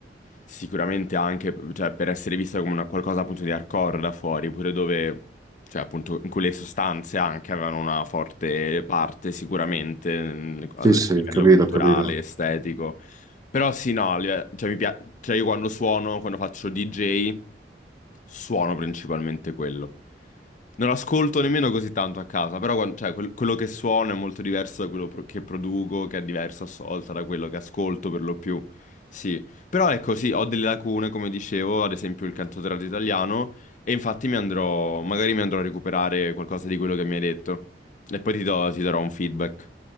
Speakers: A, on the left (about 45°); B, on the right (about 20°).
A: sicuramente anche, cioè, per essere vista come una- qualcosa appunto di hardcore da fuori, pure dove, cioè appunto, in cui le sostanze anche avevano una forte parte sicuramente mm, a
B: Sì,
A: a
B: sì,
A: livello
B: capito,
A: culturale,
B: capito.
A: estetico. Però sì, no, live- cioè, mi pia- cioè io quando suono, quando faccio DJ, suono principalmente quello. Non ascolto nemmeno così tanto a casa, però quan- cioè, quel- quello che suono è molto diverso da quello pro- che produco, che è diverso a sua da quello che ascolto per lo più. Sì, però ecco, sì, ho delle lacune, come dicevo, ad esempio il cantautorato italiano, e infatti mi andrò, magari mi andrò a recuperare qualcosa di quello che mi hai detto. E poi ti do- ti darò un feedback.